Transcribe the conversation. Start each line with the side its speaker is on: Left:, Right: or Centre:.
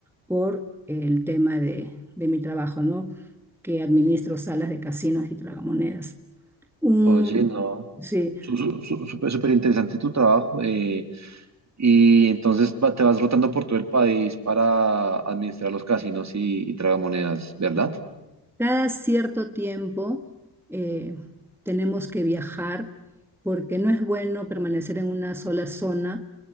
Centre: por el tema de, de mi trabajo, ¿no? Que administro salas de casinos y tragamonedas. Un,
Right: Oye, no.
Centre: sí,
Right: Su- su- su- Súper súper interesante tu trabajo. eh, y entonces va- te vas rotando por todo el país para administrar los casinos y, y tragamonedas, ¿verdad?
Centre: Cada cierto tiempo eh, tenemos que viajar porque no es bueno permanecer en una sola zona,